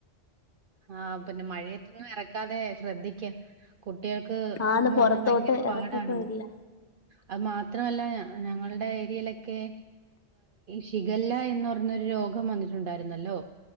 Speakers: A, on the right (about 60°); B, on the left (about 20°).
A: ആഹ് പിന്നെ മഴയത്തന്നും ഇറക്കാതെ ശ്രദ്ധിക്ക കുട്ടികൾക്ക് അസുഖം
B: ആന്ന് പൊറത്തോട്ട്
A: വന്നാ ഭയങ്കര പാടാണ്
B: എറക്കൊക്കെ ഇല്ല
A: അത് മാത്രല്ല ഞങ്ങളുടെ ഏരിയയിലൊക്കെ ശിഖല്ല എന്ന് പറഞ്ഞൊരു രോഗം വന്നിട്ടുണ്ടായിരുന്നല്ലോ